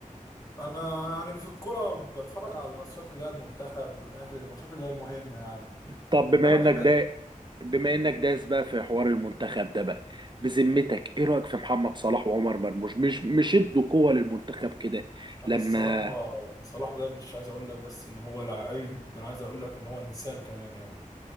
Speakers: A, on the left (about 25°); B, on the right (about 35°).
A: انا يعني في الكوره بتفرج على الماتشات اللي هي المنتخب والاهلي الماتشات اللي هي المهمه يعني
B: طب بما
A: انما
B: انك
A: الحاجات
B: ده بما انك داس بقى في حوار المنتخب ده بقى بذمتك ايه رايك في محمد صلاح وعمر مرموش مش مش ادوا قوة للمنتخب كده
A: انا
B: لما
A: الصراحه صلاح ده مش عايز اقول لك بس ان هو لعيب ده انا عايز اقول لك ان هو انسان كمان يعني